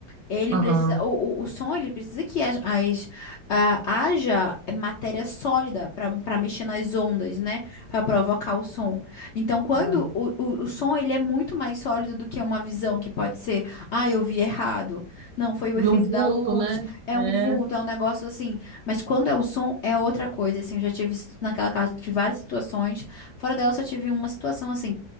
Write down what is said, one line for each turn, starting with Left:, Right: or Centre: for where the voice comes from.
Left: Ele
Right: aham.
Left: precisa, o, o, o som, ele precisa que as, as- ah, haja matéria sólida para para mexer nas ondas, né? Para provocar o som. Então, quando
Right: Ah,
Left: o, o, o som ele é muito mais sólido do que uma visão que pode ser, ah, eu vi errado. Não, foi o
Right: Vi
Left: efeito
Right: um vulto,
Left: da luz,
Right: né?
Left: é
Right: É.
Left: um vulto, é um negócio assim. Mas quando é o som, é outra coisa, assim. Eu já tive isso naquela casa, tive várias situações. Fora dela, eu só tive uma situação assim.